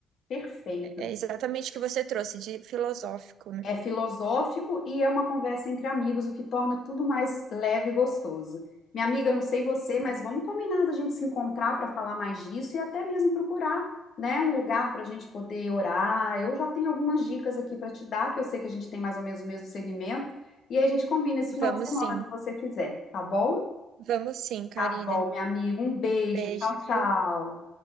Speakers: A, on the left; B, on the right.
A: perfeito.
B: É exatamente o que você trouxe de filosófico, né?
A: É filosófico e é uma conversa entre amigos, o que torna tudo mais leve e gostoso. Minha amiga, não sei você,
B: Uhum.
A: mas vamos combinar da gente se encontrar para falar mais disso e até mesmo procurar, né, um lugar para a gente poder orar. Eu já tenho algumas dicas aqui para te dar, que eu sei que a gente tem mais ou menos o mesmo segmento, e aí a gente combina esse final
B: Vamos
A: de semana,
B: sim,
A: se você quiser, tá bom?
B: vamos sim, Karina.
A: Tá bom, minha amiga, um beijo,
B: Um beijo,
A: tchau, tchau.
B: viu?